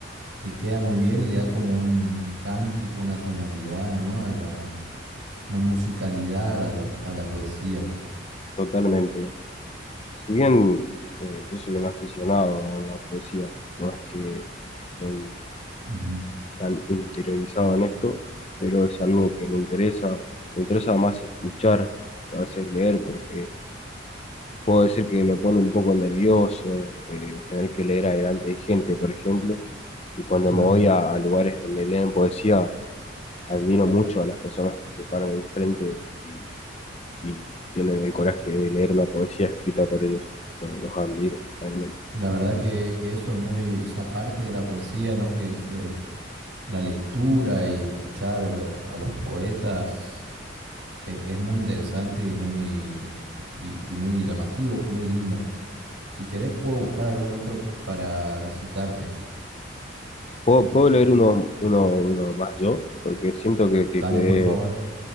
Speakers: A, on the right; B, on the left.
A: que queda muy bien y le da como un cántico, una tonalidad, ¿no? A la, una musicalidad a, los- a la poesía.
B: totalmente. Si bien eh, yo soy un aficionado en la poesía, no es que estoy
A: Ujú,
B: tan interiorizado en esto, pero es algo que me interesa. Me interesa más escuchar que a veces leer, porque Puedo decir que me pone un poco nervioso eh, tener que leer adelante de gente, por ejemplo, y cuando
A: claro.
B: me voy a, a lugares donde leen poesía, admiro mucho a las personas que se paran enfrente y, y tienen el coraje de leer una poesía escrita por ellos. Lo- Los, admiro, realmente.
A: La verdad que, que eso es muy, esa parte de la poesía, ¿no? Que es eh, la lectura y escuchar eh, a los poetas e- es muy interesante y muy, y y muy llamativo, muy lindo. Si querés, puedo buscar algún otro para recitarte.
B: ¿Puedo, puedo leer uno, uno, uno más yo? Porque siento que, que
A: Dale,
B: quedé,
A: por favor.